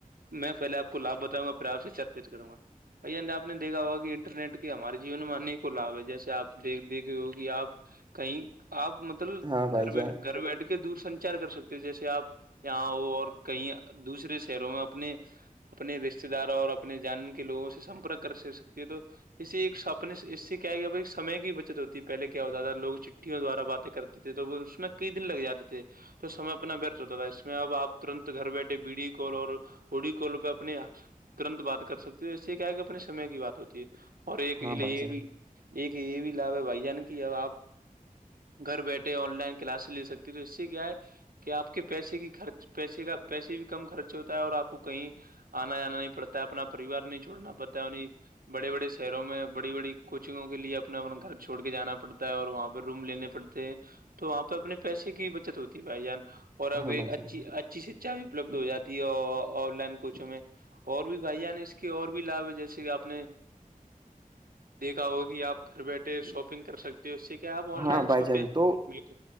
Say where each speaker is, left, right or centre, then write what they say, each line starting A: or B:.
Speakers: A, on the right; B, on the right.
A: میں پہلے آپ لھ بتاؤں گا پھر آ سے چرچت کروں گا ب آپ نے دیکا ہوگا کہ انٹرنیٹ کے ہمارے جیون میں انیکوں لابھ ہے جیسے آیک دیکھے ہو کہ آپ کہیں آپ مطلب
B: ہاں بھائی
A: گھر بی
B: جان
A: گھر بیٹھ کے دور سنچار کر سکتے ہو جیسے آپ یہاں ہو اور کہیں دوسرے شہروں میں اپنے اپنے رشتے داروں اور اپنے جان کے لوگوں سے سمپرک کر سکتی ہے تو اس سے ایک سپنے اس سے کیا کیا بھائی سمے کی بچت ہوتی ہے پہلے کیا ہوتا تھا لوگ چ وں دوارا باتیں کرتے تھے تو وہ اس میں کئی دن لگ جاتے تھے تو سمے اپنا ورت ہوتا تھا اس میں اب آپ ترنت گھر بیٹھے بیڑی کو اور اڈی کال پہ اپنے ترنت بات کر سکتے ہو کیا کہ اپنے سمے کی بات ہوتی ہے اور ایک
B: ہاں
A: یہ لیے
B: بھائی جان
A: یہ بھی ایک یہ بھی لاب ہے بھائی جان کی اب آپ گھر بیٹھے آن لائن کلاس لے سکتی تو اس سے کیا ہے کہ آپ کے پیسے کی خرچ پیسے کا پیسے بھی کم خرچ ہوتا ہے اور آپ کو کہیں آنا جانا نہیں پڑتا اپنا پریوار نہیں چوڑنا پڑتا انی بڑے بڑے شہروں میں بڑی بڑی کوچنگوں کے لیے اپنا اپنا گھر چھوڑ کے جانا پڑتا ہے اور وہاں پہ روم لینے پڑتے ہیں تو وہاں پہ اپنے پیسے کی بچت ہوتی بھائی جان اور
B: ہاں
A: اب
B: بھائی
A: ایک اچھی
B: جان
A: اچ ا شکھا بھی اپلبدھ ہو جاتی ہے آن لائن کوچوں میں اور بھی بھائی نے اس کے اور بھی لاے جیسے کہ اپنے دیکھا ہوگا آپ گھر بیٹھے شاپنگ کر سکتے تو اسی کے آپ
B: ہاں
A: آن لائن
B: بھائی
A: شاپیا
B: جان تو
A: بالکل